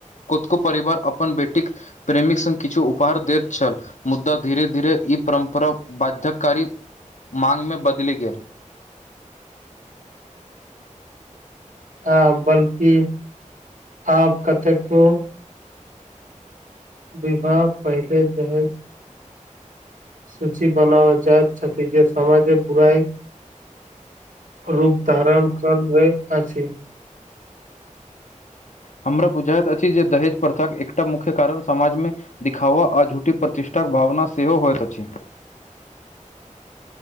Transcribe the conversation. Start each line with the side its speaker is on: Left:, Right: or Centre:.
Left: खुदकऽ परिवार अपन बेटीक प्रेमिक संग किछु उपहार दैत छल मुद्दा धीरे धीरे ई परम्परा बाध्यकारी मागमे बदलि गेल
Right: ह बल्कि आब कतेको विभाग पहिले दहेज सूचि बनाव जाइत छथि जे समाजेक बुराई रूप धारण कर ले अछि
Left: हमरा बुझाइत अछि जे दहेज प्रथाक एकटा मुख्य कारण समाजमे दिखावा आ झूठी प्रतिष्ठाक भावना सेहो होयइत अछि